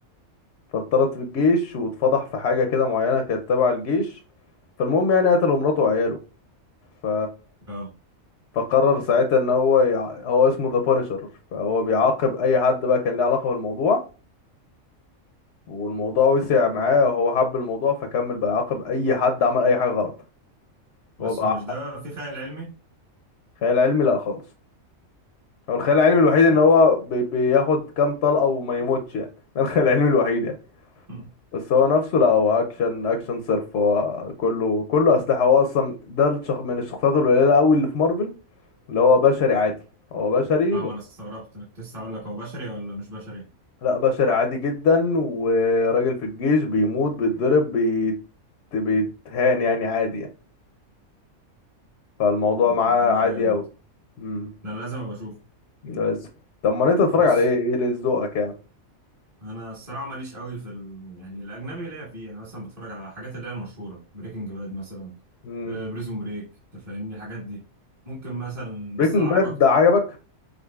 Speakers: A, on the left; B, on the right.
A: فاتطرد في الجيش واتفضح في حاجه كده معينه كانت تبع الجيش فالمهم يعني قتلوا مراته وعياله ف...
B: اه
A: فقرر ساعتها ان هو يع... هو اسمه ذا بانشر فهو بيعاقب اي حد بقى كان له علاقه بالموضوع والموضوع وسع معاه وهو حب الموضوع فكمل بقى يعاقب اي حد عمل اي حاجه غلط
B: بس
A: هو بقى
B: هو مش ده في خيال علمي
A: خيال علمي لا خالص هو الخيال العلمي الوحيد
B: مش
A: ان
B: عارف
A: هو بي- بياخد كام طلقه وما يموتش يعني <laughs> ده الخيال العلمي الوحيد يعني
B: مم.
A: بس هو نفسه لا هو اكشن اكشن صرف هو كله كله اسلحه هو اصلا ده الشخ... من الشخصيات القليله قوي اللي في مارفل اللي هو بشري عادي هو بشري
B: اه
A: بس
B: ما انا استغربت انا كنت لسه هقول لك هو بشري ولا مش بشري
A: لا بشري عادي جدا وراجل في الجيش بيموت بيتضرب بيت... بيتهان يعني عادي يعني. فالموضوع
B: طب
A: معاه
B: والله
A: عادي
B: جامد
A: قوي امم
B: ده انا لازم ابقى اشوف
A: بس طب ما انت تتفرج
B: بص
A: على ايه ايه اللي ذوقك يعني
B: انا الصراحه ماليش قوي في ال... يعني الاجنبي ليا فيه انا مثلا بتفرج على الحاجات اللي هي المشهوره بريكنج باد مثلا
A: امم
B: آه بريزون بريك انت فاهمني الحاجات دي ممكن مثلا
A: بريكنج
B: بس العرب
A: باد
B: اكتر
A: ده عجبك